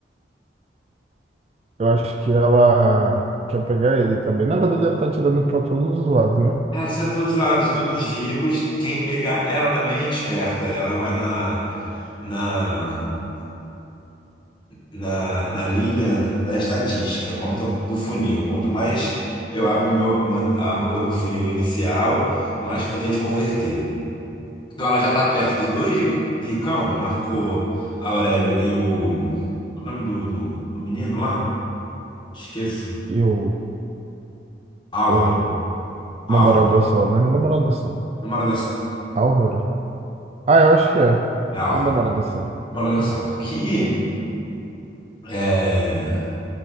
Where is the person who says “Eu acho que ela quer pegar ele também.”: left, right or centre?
Right